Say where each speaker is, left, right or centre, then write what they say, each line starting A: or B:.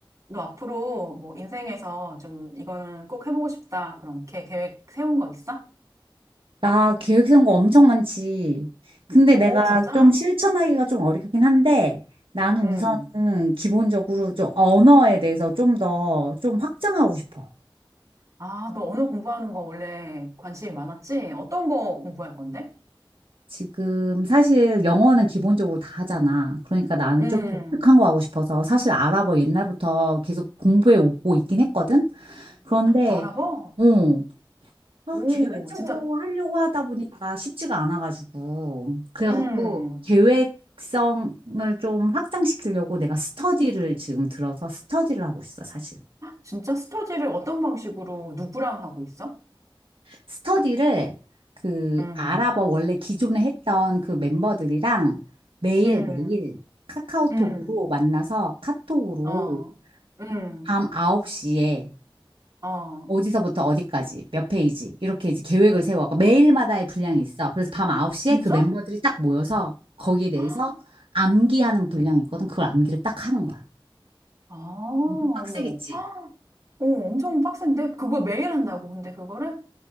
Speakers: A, on the right; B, on the right.
A: 너 앞으로 뭐 인생에서 좀 이거는 꼭 해보고 싶다. 그렇게 계획 세운 거 있어?
B: 나 계획 세운 거 엄청 많지. 근데
A: 어,
B: 내가
A: 진짜?
B: 좀 실천하기가 좀 어렵긴 한데 나는
A: 응.
B: 우선은 기본적으로 좀 언어에 대해서 좀 더 좀 확장하고 싶어.
A: 아, 너 언어 공부하는 거 원래 관심이 많았지? 어떤 거 공부할 건데?
B: 지금 사실 영어는 기본적으로 다 하잖아. 그러니까 나는
A: 음,
B: 좀 독특한 거 하고 싶어서 사실 아랍어 옛날부터 계속 공부해 오고 있긴 했거든. 그런데
A: 아랍어?
B: 어, 아,
A: 오,
B: 계획적으로
A: 진짜,
B: 하려고 하다 보니까 쉽지가 않아가지고. 그래갖고
A: 음,
B: 계획성을 좀 확장시키려고 내가 스터디를 지금 들어서 스터디를 하고 있어, 사실.
A: 진짜 스터디를 어떤 방식으로 누구랑 하고 있어?
B: 스터디를 그
A: 음,
B: 아랍어 원래 기존에 했던 그 멤버들이랑 매일매일
A: 음,
B: 카카오톡으로
A: 음,
B: 만나서 카톡으로
A: 어, 음,
B: 밤 9시에
A: 어.
B: 어디서부터 어디까지, 몇 페이지, 이렇게 이제 계획을 세워. 그러니까 매일마다의 분량이 있어. 그래서 밤 9시에
A: 진짜?
B: 그 멤버들이 딱 모여서 거기에 대해서
A: <gasps>
B: 암기하는 분량이 있거든. 그걸 암기를 딱 하는 거야.
A: 아, 어머.
B: 엄청 빡세겠지.
A: 오, 엄청 빡센데? 그거 매일 한다고, 근데 그거를?